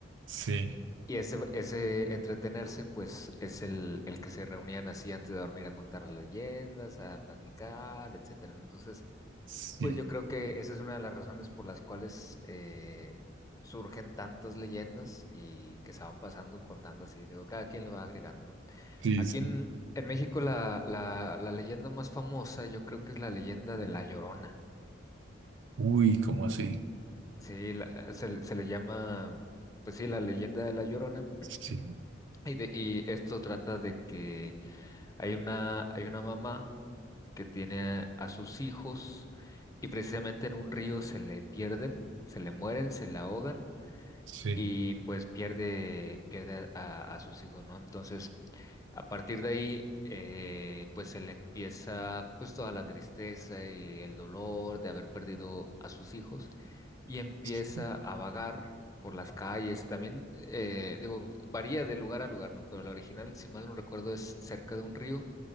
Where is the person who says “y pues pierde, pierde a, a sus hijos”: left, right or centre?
Left